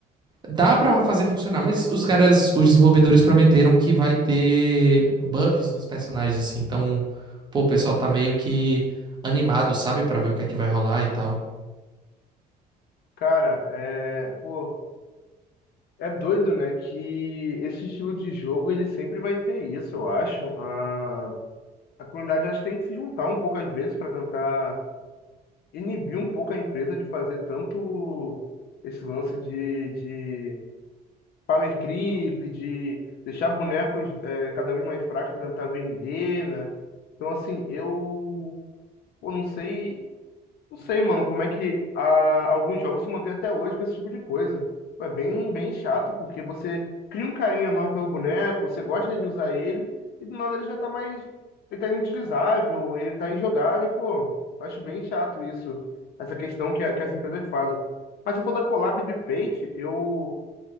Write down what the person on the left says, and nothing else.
Cara, é, pô. É doido, né? Que esse estilo de jogo ele sempre vai ter isso, eu acho. A, a comunidade eu acho que tem que se juntar um pouco às vezes para tentar inibir um pouco a empresa de fazer tanto esse lance de, de power creep, de deixar bonecos eh, cada vez mais fracos para tentar vender, né? Então, assim, eu, eu não sei não sei, mano, como é que ah, alguns jogos se mantêm até hoje com esse tipo de coisa. Pô, É bem, bem chato, porque você cria um carinho enorme pelo boneco, você gosta de usar ele, e do nada ele já tá mais. Ele tá inutilizável, ele tá injogável, e, pô, eu acho bem chato isso, essa questão que, a- que as empresas fazem. Mas se for da collab de Fate, eu.